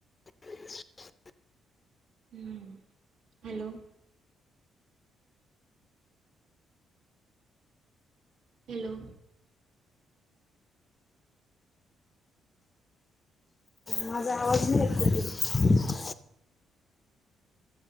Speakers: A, on the left; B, on the right.
A: <inaudible>
B: हम्म हॅलो. हॅलो.
A: माझा आवाज नाही येत का तुला?